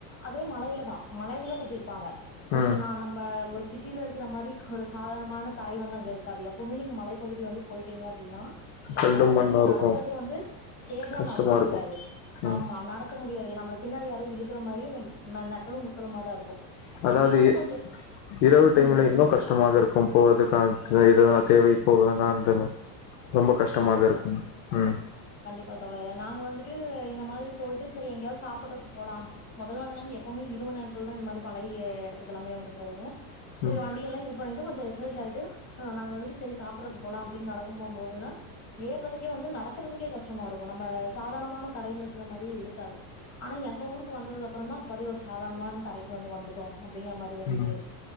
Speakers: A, on the left (about 30°); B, on the left (about 50°).
A: அதே மலைல தா மலைலயு கட்டிருப்பாங்க உங்களுக்கு
B: ம்
A: நா நம்ம ஒரு சிட்டில இருக்கற மாரி ஒரு சாதாரணமான தரை வந்து அங்க இருக்காது எப் பவுமே நீங்க மலைப்பகுதி வந்து போய்ட்டீங்க அப்டினா ஒரு
B: கரண்டு
A: ரோட்ல
B: மண்ணு
A: நீங்க
B: இருக்கு
A: நடக்கறதே வந்து ஸ்டேபிளா
B: கஷ்டமா
A: நடக் க முடியாது
B: இருக்கு
A: ஆமா
B: ம்
A: நடக்க முடி யாது நம்மள பின்னாடி யாரோ இழுக்கற மாரி யம் அ நெட்டலு குத்தலமா தா இருக்கு
B: அதாவது
A: நம்மளே வந்து
B: இ
A: கொஞ்ச
B: இரவு டைம்ல
A: ம்
B: இன்னு கஷ்டமாக இருக்கும் போறதுக்கான் அ எதுனா தேவை போக வேணா <unintelligible> ரொம்ப கஷ்டமாக
A: கண்டிப்பா
B: இருக்கும் ம்
A: <unintelligible> நாங்க வந்துட்டு இந்த மாதிரி போய்ட்டு செரி எங்கயாவ்து சாப்பட்றக்கு போலாம் மொதல் வந்து நாங்க எப்பவுமே இர வு நேரத்துல தா இந்த மாரி பழைய எடத்துக்கெல்லாமே வந்து போவோ செரி
B: ம்
A: வண்டி எல்லா இது பண்ணிட்டு கொஞ்ச ஃப்ரஷ் ஆயிட்டு அ நாங்க வந்துட்டு செரி சாப்பட்றக்கு போலா அப்டின் நடக்க போ போதெல்லா ஏர்றதுக்கே வந்து நடக்கறதுக்கே கஷ்டமா இருக்கு நம்ம சாதாரணமான தரைலிருக்கற மாரியே இருக்காது ஆ னா எங்க ஊருக்கு வந்ததுக்கப்பறோ தா அப்பாடி ஒரு சாதாரணமான் தரைக் வந்து வந்துட்டோ அப்டிங்கற மாரி ஒரு இதே
B: ம்
A: இருக்கு